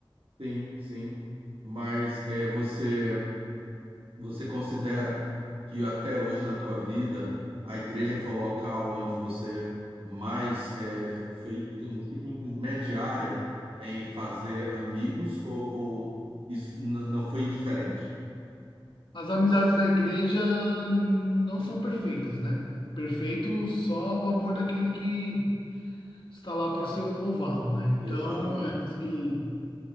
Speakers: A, on the right; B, on the left.
A: Sim, sim. Mas é, você, você considera que até hoje na tua vida a igreja foi o local onde você mais é, foi, digamos assim, intermediária em fazer amigos ou, ou isso n- não foi indiferente?
B: As amizades na igreja não são perfeitas, né? Perfeito só o amor daquele que está lá para ser louvado, né? Então,
A: Exatamente.
B: é assim,